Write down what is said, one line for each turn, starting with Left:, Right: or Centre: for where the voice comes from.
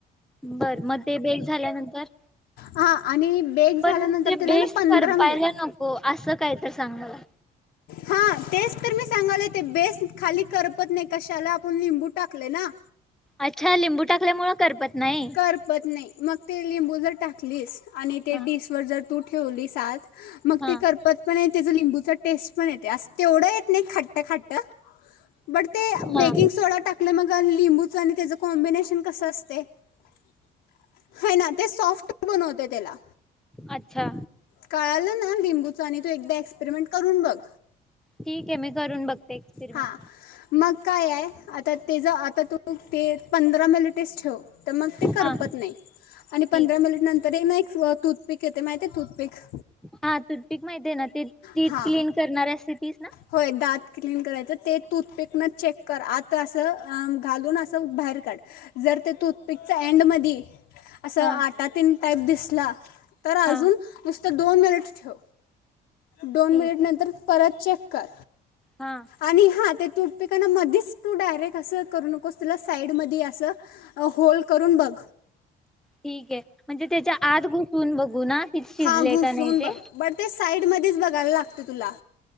Centre: बर मग ते बेक झाल्यानंतर?
Left: हा आणि बेक
Centre: पण
Left: झाल्यानंतर
Centre: ते
Left: तेला
Centre: बेस
Left: ना पंधरा
Centre: करपायला
Left: मिनिट
Centre: नको असं काय तर सांग मला.
Left: हां तेच तर मी सांगायलोय. ते बेस खाली करपत नाही, कशाला? आपण लिंबू टाकलंय ना.
Centre: अच्छा लिंबू टाकल्यामुळं करपत नाही.
Left: करपत नाही. मग ते लिंबू जर टाकलीस आणि ते
Centre: हा
Left: डिशवर जर तू ठेवलीस आत मग
Centre: हा
Left: ते करपत पण नाही त्याचा लिंबूचा टेस्ट पण येतं. ते अस तेवढं येत नाही खट्ट खट्ट. बट ते
Centre: हा
Left: बेकिंग सोडा टाकले मग आणि लिंबूचं आणि त्याचं कॉम्बिनेशन कसं असतंय. हो ना ते सॉफ्ट बनवते त्याला
Centre: अच्छा
Left: कळालं ना लिंबूच तू एकदा एक्सपेरिमेंट करून बघ.
Centre: ठीक आहे मी करून बघते एक्सपेरिमेंट
Left: हा मग काय आहे आता ते जर आता तू ते पंधरा मिनटेच ठेव. तर मग ते करपत
Centre: हा
Left: नाही आणि
Centre: ठीक
Left: पंधरा
Centre: आहे.
Left: मिनिट नंतर हे ना एक हा टूथपिक येते माहिती आहे टूथपिक
Centre: हा टूथपिक माहितीये ना ते टीथ
Left: हां
Centre: क्लीन करणारी असते तीच ना
Left: होय दात क्लीन करायचं ते टूथपिकनं चेक कर आत असं अह घालून असं बाहेर काढ जर ते टूथ पिकच्या एंडमध्ये असं
Centre: हा
Left: आटा तेन टाईप दिसला तर अजून
Centre: हा
Left: नुस तर दोन मिनट ठेव दोन
Centre: ठीक
Left: मिनिट नंतर
Centre: आहे
Left: परत चेक का?
Centre: हा
Left: आणि हा ते. टूथपिकानं मधीच तू डायरेक्ट असं करू नकोस तुला साईडमध्ये असं अ होल पण बघ
Centre: ठीक म्हणजे त्याच्या आत घुसून बघू ना कि शिजले
Left: हा घुसून
Centre: का नाही ते
Left: बघ बर ते साईड मध्येच बघायला. लागतय तुला.